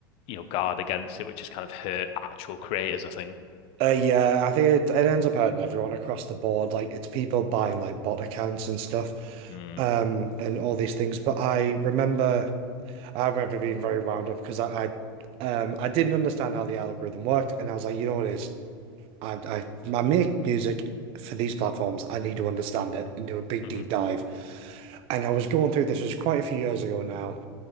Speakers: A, on the left; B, on the right.
A: you know, guard against it, which has kind of hurt actual creators, I think.
B: Uh, yeah, I think it, it ends up hurting everyone across the board. Like it's people buying like bot accounts and stuff,
A: Mm.
B: um, and all these things. But I remember, I remember being very wound up because I, I, um, I didn't understand how the algorithm worked, and I was like, you know what it is? I, I, I make music for these platforms. I need to understand it and do a big
A: Mm-hmm.
B: deep dive. And I was going through this was quite a few years ago now,